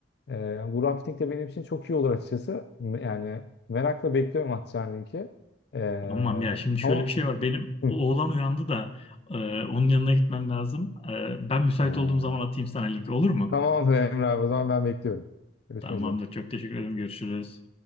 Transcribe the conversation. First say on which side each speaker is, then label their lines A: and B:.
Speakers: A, on the left; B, on the left.
A: Ee, yani bu rafting de benim için çok iyi olur açıkçası. M- Yani merakla bekliyorum atacağın linki. Ee,
B: Tamam ya şimdi şöyle
A: ama
B: bir şey var. Benim
A: hı,
B: oğlan uyandı da e, onun yanına gitmem lazım. E, ben müsait
A: ee,
B: olduğum zaman atayım sana link olur mu?
A: tamamdır Emre abi o zaman ben bekliyorum. Görüşmek
B: Tamamdır.
A: üzere.
B: Çok teşekkür ederim. Görüşürüz.